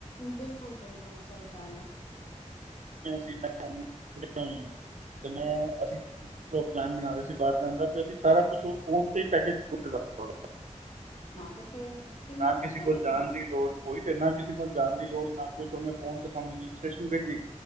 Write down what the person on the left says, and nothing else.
ਬਿਲਕੁਲ ਬਿਲਕੁਲ ਸਹੀ ਗੱਲ ਹੈ
ਨਾ ਤੇ ਫੇਰ ਕਿੰਨਾ
ਸੁੱਖ
ਵੀ ਕਿੰਨਾ